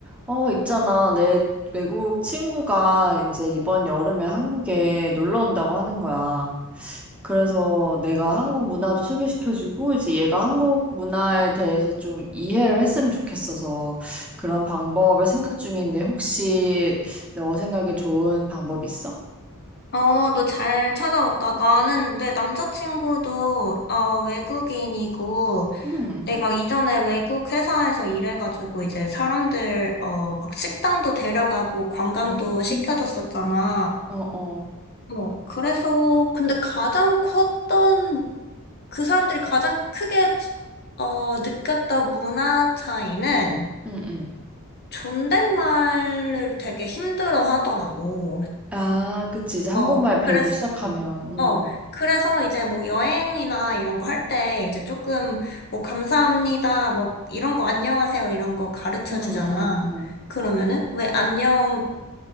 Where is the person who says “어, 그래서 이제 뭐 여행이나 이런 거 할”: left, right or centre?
Left